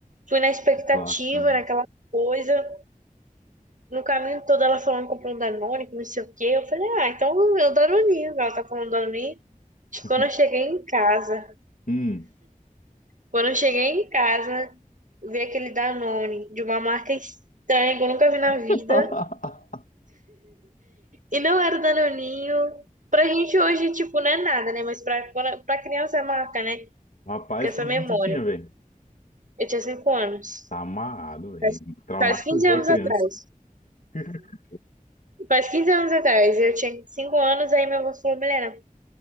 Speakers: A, on the right; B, on the left.
A: Fui na expectativa,
B: Clássica, né?
A: naquela coisa. No caminho todo ela falando que comprou um Danone, que não sei o quê. Eu falei, ah, então é o Danoninho. Ela tá falando Danoninho.
B: <laughs>
A: Quando eu cheguei em casa,
B: Hum.
A: quando eu cheguei em casa, vi aquele Danone de uma marca estranha que eu nunca vi na vida.
B: <laughs>
A: E não era o Danoninho. Pra gente hoje, tipo, não é nada, né? Mas pra, quando- pra criança é marca, né?
B: Rapaz,
A: Com essa
B: quando
A: memória.
B: você tinha, velho?
A: Eu tinha cinco anos.
B: Tá amarrado, velho.
A: Faz,
B: Traumatizou
A: faz 15 anos
B: a criança.
A: atrás.
B: <laughs>
A: Faz 15 anos atrás. Eu tinha cinco anos, aí minha avó falou, Milena,